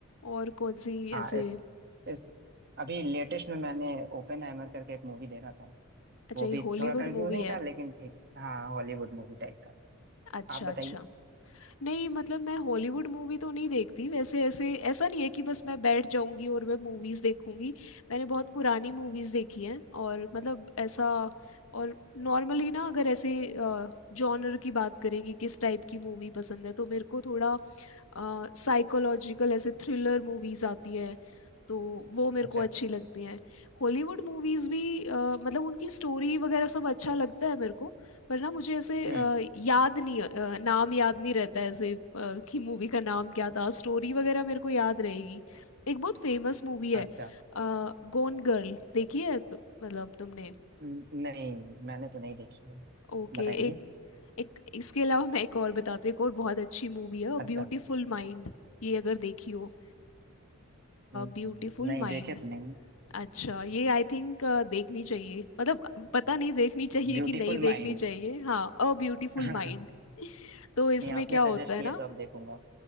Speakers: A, on the left (about 70°); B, on the right (about 45°).
A: और कौन सी ऐसे
B: हाँ इस इस अभी लेटेस्ट में मैंने ओपन हैमर करके एक मूवी देखा था
A: अच्छा
B: वो
A: ये
B: भी
A: हॉलीवुड
B: थोड़ा कंफ्यूजिंग
A: मूवी है
B: था लेकिन ठीक है हाँ हॉलीवुड मूवी टाइप का
A: अच्छा
B: आप बताइए
A: अच्छा नहीं मतलब मैं हॉलीवुड मूवी तो नहीं देखती वैसे ऐसे ऐसा नहीं है कि बस मैं बैठ जाऊंगी और मैं मूवीज देखूंगी मैंने बहुत पुरानी मूवीज देखी हैं और मतलब ऐसा और नॉर्मली ना अगर ऐसे जॉनर की बात करें कि किस टाइप की मूवी पसंद है तो मेरे को थोड़ा साइकोलॉजिकल ऐसे थ्रिलर मूवीज आती हैं तो वो मेरे
B: अच्छा
A: को अच्छी लगती हैं हॉलीवुड मूवीज भी अ, मतलब उनकी स्टोरी वगैरह सब अच्छा लगता है मेरे को पर ना मुझे ऐसे
B: हम्म
A: अ, याद नहीं अ, नाम याद नहीं रहता है ऐसे अ, कि मूवी का नाम क्या था स्टोरी वगैरह मेरे को याद रहेगी एक बहुत फेमस मूवी है
B: अच्छा
A: गोन गर्ल देखी है तो, मतलब तुमने
B: न- नहीं मैंने तो नहीं देखी है
A: ओके
B: बताइए
A: एक एक इसके अलावा मैं एक और बताती हूँ एक और बहुत अच्छी मूवी है
B: अच्छा
A: ब्यूटीफुल माइंड ये अगर देखी हो
B: हम्म,
A: ब्यूटीफुल
B: नहीं
A: माइंड
B: देखे तो नहीं
A: अच्छा ये आई थिंक देखनी चाहिए मतलब पता नहीं देखनी चाहिए
B: Beautiful
A: कि नहीं देखनी
B: mind
A: चाहिए हाँ अ ब्यूटीफुल
B: <laughs>
A: माइंड तो इसमें
B: नहीं आपने
A: क्या
B: सजेस्ट
A: होता है
B: किया
A: ना
B: तो अब देखूंगा